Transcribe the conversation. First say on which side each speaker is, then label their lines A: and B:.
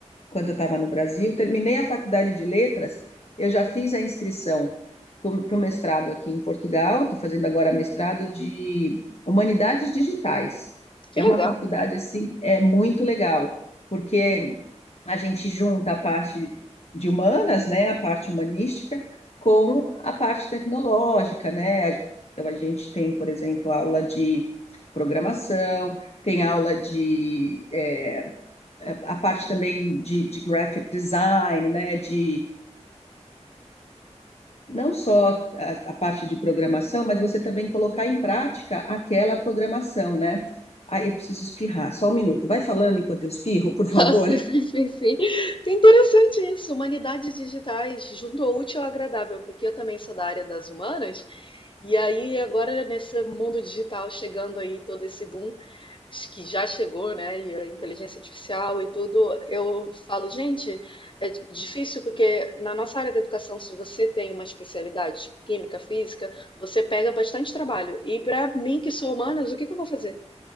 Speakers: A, on the left; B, on the left.
A: quando eu estava no Brasil. Terminei a faculdade de letras, eu já fiz a inscrição para o mestrado aqui em Portugal, estou fazendo agora mestrado de Humanidades Digitais.
B: Que
A: É
B: legal.
A: uma faculdade, assim, é muito legal, porque a gente junta a parte de humanas, né, a parte humanística, com a parte tecnológica, né? Então, a gente tem, por exemplo, aula de programação, tem aula de é, a, a parte também de, de, graphic design, né, de não só a, a, parte de programação, mas você também colocar em prática aquela programação, né? Ah, eu preciso espirrar, só um minuto. Vai falando enquanto eu espirro,
B: <laughs>
A: por favor.
B: Ah, sim,
A: <laughs>
B: sim, sim, sim. Que interessante isso. Humanidades digitais, junto ao útil ao agradável, porque eu também sou da área das humanas. E aí, agora, nesse mundo digital, chegando aí todo esse boom que já chegou, né? E a inteligência artificial e tudo, eu falo, gente, é difícil porque na nossa área da educação, se você tem uma especialidade, tipo química, física, você pega bastante trabalho. E para mim, que sou humanas, o que que eu vou fazer?